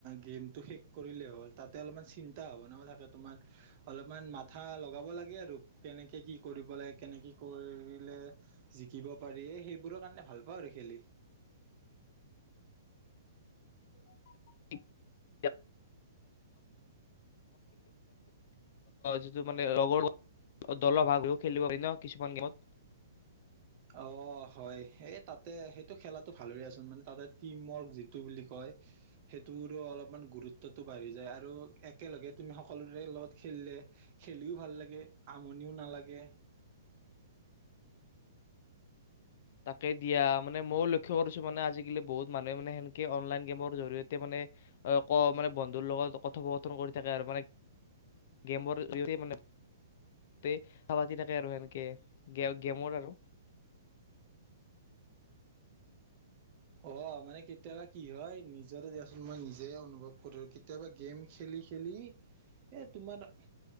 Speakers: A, on the right; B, on the left.
A: গেমটো শেষ কৰিলেই হ'ল তাতে অলপমান চিন্তা ভাৱনাও থাকে তোমাৰ অলপমান মাথা লগাব লাগে আৰু কেনেকে কি কৰিব লাগে কেনেকৈ কি কৰিলে জিকিব পাৰি সেইবোৰৰ কাৰণে ভাল পাওঁ আৰু খেলি
B: <inaudible> যিটো মানেৰ দলৰ ভাগ হৈও খেলিব পাৰি ন কিছুমান গেমত
A: অ হয় এই তাতে সেইটো খেলাটো ভালৰে আচোন মানে তাতে টিম ৱৰ্ক যিটো বুলি কয় সেইটোৰো অলপমান গুৰুত্বটো বাঢ়ি যায় আৰু একেলগে তুমি সকলোৰে লগত খেলিলে খেলিও ভাল লাগে আমনিও নালাগে
B: তাকে দিয়া মানে মইও লক্ষ্য কৰিছো মানে আজিকালি বহুত মানুহে মানে সেনেকে অনলাইন গেমৰ জৰিয়তে মানে মানে বন্ধুৰ লগত কথোপকথন কৰি থাকে আৰু মানে গেমৰ জৰিয়তে থাকে আৰু সেনেকে গেমৰ আৰু
A: অ মানে কেতিয়াবা কি হয় নিজৰে দিয়াচোন মই নিজে অনুভৱ কৰো কেতিয়াবা গেম খেলি খেলি এ তোমাৰ